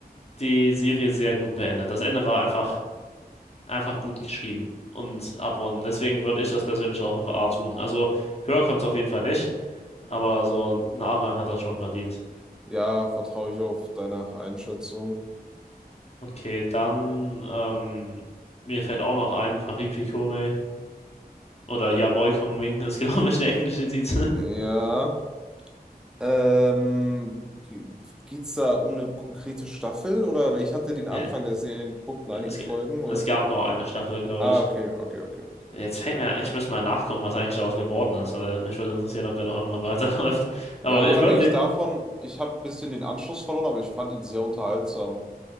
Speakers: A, on the left; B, in the centre.
A: die Serie sehr gut beendet. Das Ende war einfach, einfach gut geschrieben und abrunden. Deswegen würde ich das persönlich auch auf A tun. Also, höher kommt es auf jeden Fall nicht, aber so ein A-Rang hat das schon verdient.
B: Ja, vertraue ich auf deine Einschätzung.
A: Okay, dann, ähm, mir fällt auch noch ein, Paris Picome oder Yaboy Kongming ist, <laughs> glaube ich, der englische Titel.
B: Ja. Ähm, geht's da um eine konkrete Staffel oder weil ich hatte den Anfang
A: Ja,
B: der Serie geguckt und einige
A: es, g-
B: Folgen
A: es
B: oder?
A: gab nur eine Staffel, glaube
B: Ah,
A: ich.
B: okay, okay, okay.
A: Jetzt fällt mir, ich müsste mal nachgucken, was eigentlich daraus geworden ist, weil mich würde interessieren, ob der noch irgendwann <laughs> weiterläuft. Aber
B: Ja, aber
A: ich
B: unabhängig
A: würde den,
B: davon, ich habe ein bisschen den Anschluss verloren, aber ich fand ihn sehr unterhaltsam.